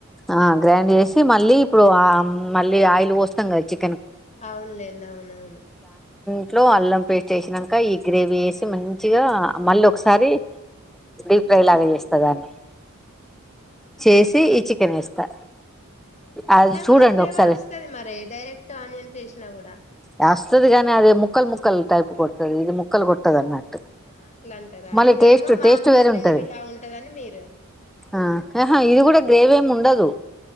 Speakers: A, in the centre; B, on the left.
A: ఆ గ్రాండ్ జైస్ మళ్ళీ ఇప్పుడు ఆ మళ్ళీ ఆయిల్ పోస్తంగా చి
B: అవునులేండి అవునవును
A: ఇట్లో అల్లం పేస్ట్ వేసినాక ఈ గ్రేవీ వేసి మంచిగా మల్లొకసారి డిఫ్రై లాగా చేస్తా దాన్ని
B: ఆ
A: చేసి ఈ చి వేస్తా
B: అవునా
A: అది
B: ఇట్లా
A: చూడండి
B: కూడా ఫ్లేవర్
A: ఒకసారి
B: వస్తుది మరి డైరెక్ట్ ఆనియన్ ఏసినా కూడా
A: వస్తుది గాని అదే ముక్కలు ముక్కలు టైప్ కొడుతుది ఇది ముక్కలు కొ గా ఆన్నట్టు
B: ఆహా అట్లా అంటారా
A: మళ్ళీ
B: ఇదేమో
A: టేస్ట్
B: మామూలు
A: టేస్ట్ వేరే
B: గ్రేవీ
A: ఉంటది
B: లా ఉంటదని మీరు
A: ఆ ఆహా ఇది కూడా గ్రేవీ ఏమి ఉండదు.